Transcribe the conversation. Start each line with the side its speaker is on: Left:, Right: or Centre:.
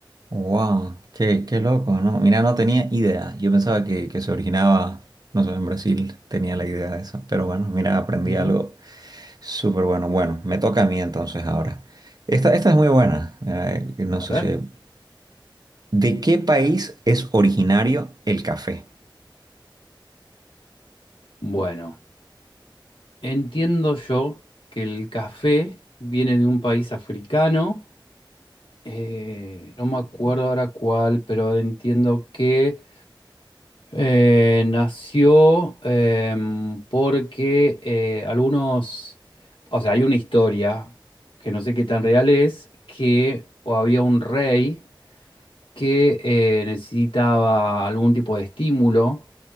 Right: Wow, qué, qué loco, ¿no? Mira, no tenía idea. Yo pensaba que, que se originaba, no sé, en Brasil tenía la idea de eso. Pero bueno, mira, aprendí
Left: Ujú.
Right: algo súper bueno. Bueno, me toca a mí entonces ahora. Esta, esta es muy buena. Mira, eh, no
Left: A
Right: sé
Left: ver.
Right: si... ¿De qué país es originario el café?
Left: Bueno, entiendo yo que el café viene de un país africano, eh, no me acuerdo ahora cuál, pero entiendo que... Eh, nació em, porque eh, algunos, o sea, hay una historia que no sé qué tan real es, que o había un rey que eh, necesitaba algún tipo de estímulo